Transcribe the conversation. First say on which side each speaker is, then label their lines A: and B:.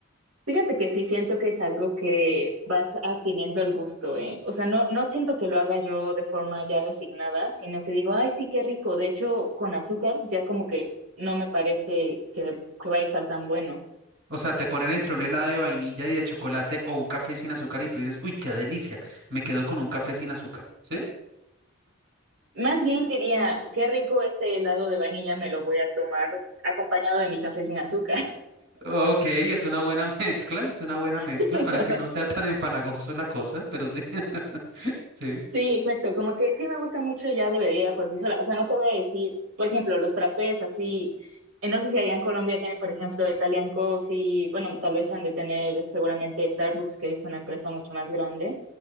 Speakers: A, on the right (about 90°); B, on the right (about 55°).
A: Fíjate que sí siento que es algo que vas adquiriendo el gusto, ¿eh? O sea, no, no siento que lo haga yo de forma ya resignada, sino que digo, ay, sí, qué rico. De hecho, con azúcar ya como que no me parece que, que vaya a estar tan bueno.
B: O sea, te ponen entre un helado de vainilla y de chocolate o un café sin azúcar y tú dices, uy, qué delicia, me quedo con un café sin azúcar, ¿sí?
A: Más bien diría, qué rico este helado de vainilla, me lo voy a tomar acompañado de mi café sin azúcar.
B: Ok, es una buena <laughs> mezcla, es una buena mezcla
A: <laughs>
B: para que no sea tan empalagoso la cosa, pero sí. Sí.
A: Sí, exacto, como que sí me gusta mucho ya debería por sí sola, o sea, no te voy a decir, por ejemplo, los trapés así, eh, no sé si allá en Colombia tienen, por ejemplo, Italian Coffee, bueno, tal vez han de tener seguramente Starbucks, que es una empresa mucho más grande,